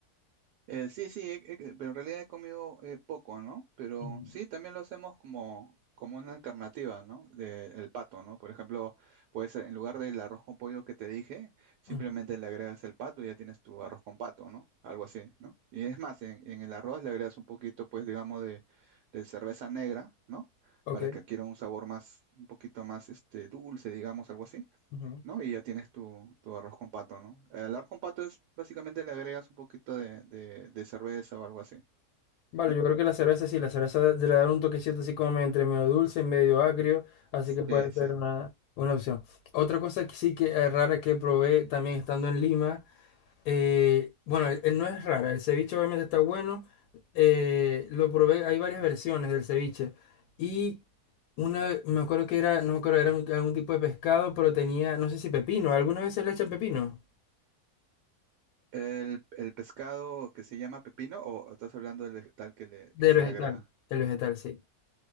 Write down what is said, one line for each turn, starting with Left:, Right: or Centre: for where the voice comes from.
Right: Eh, sí, sí, he- he- pero en realidad he comido eh, poco, ¿no? Pero
Left: Ujú,
Right: sí, también lo hacemos como, como una alternativa, ¿no? De, el pato, ¿no? Por ejemplo, puedes, en lugar del arroz con pollo que te dije, simplemente
Left: ujú,
Right: le agregas el pato y ya tienes tu arroz con pato, ¿no? Algo así, ¿no? Y es más, en, en el arroz le agregas un poquito, pues, digamos, de, de cerveza negra, ¿no?
Left: Ok.
Right: Para que adquiera un sabor más, un poquito más, este, dulce, digamos, algo así.
Left: ujú.
Right: ¿no? Y ya tienes tu, tu arroz con pato, ¿no? El arroz con pato es básicamente le agregas un poquito de, de- de cerveza o algo así,
Left: Vale,
Right: ¿no?
Left: yo creo que la cerveza sí, la cerveza de- le dar un toquecito así como entre medio dulce y medio agrio, así
Right: Sí,
Left: que puede ser
Right: sí.
Left: una, una opción. Otra cosa que sí que es rara que probé también estando en Lima, eh, bueno, él, él no es rara, el ceviche obviamente está bueno, eh, lo probé, hay varias versiones del ceviche y una, me acuerdo que era, no me acuerdo, era un- algún tipo de pescado, pero tenía, no sé si pepino, algunas veces le echan pepino,
Right: El, el pescado que se llama pepino o estás hablando del vegetal que, le,
Left: del
Right: que se
Left: vegetal,
Right: le agrega.
Left: del vegetal, sí.